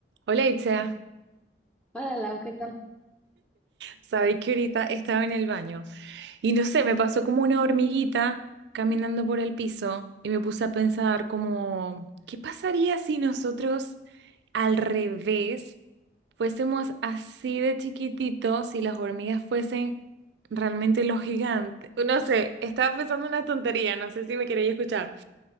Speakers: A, on the right (about 70°); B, in the centre.
A: Hola Itza,
B: Hola, Lau, ¿qué tal?
A: sabéis que ahorita estaba en el baño y no sé, me pasó como una hormiguita caminando por el piso y me puse a pensar como, ¿qué pasaría si nosotros al revés fuésemos así de chiquititos si las hormigas fuesen realmente los gigantes? No sé, estaba pensando una tontería, no sé si me queréis escuchar.